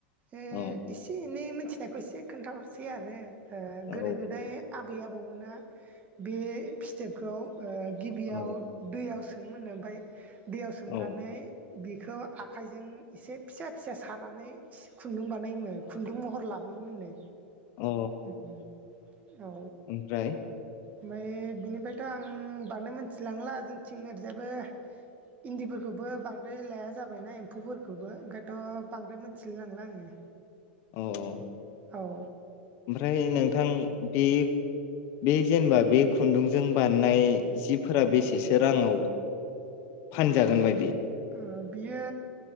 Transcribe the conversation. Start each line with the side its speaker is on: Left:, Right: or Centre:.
Right: ए
Left: अ
Right: एसे एनै मोनथिनायखौ एसे खोन्थाहरसै आरो। ओ
Left: औ
Right: गोदो -गोदाय आबै आबौमोना बे फिथोबखौ ओ गिबियाव
Left: औ
Right: दैयाव सोमोमोननो ओमफाय दैयाव सोमनानै
Left: औ
Right: बिखौ आखाइजों एसे फिसा -फिसा सानानै खुन्दुं बानायोनो खुन्दुं महर लाबो योमोननो
Left: अ
Right: उम औ
Left: ओमफ्राय
Right: ओमफाय बिनिफ्रायथ' आं बांद्राय मोनथिलांला जोंनिथिं ओरैजाबो इन्दिफोरखौबो बांद्राय लाया जाबायना एम्फौफोरखौबो ओंखायथ' बांद्राय मोनथिलाय लांला आङो।
Left: औ अ
Right: औ
Left: ओमफ्राय नोंथां बे बे जेनेबा बे खुन्दुंजों बानायनाय जिफोरा बेसेसो राङाव फानजागोन बायदि?
Right: ओ बियो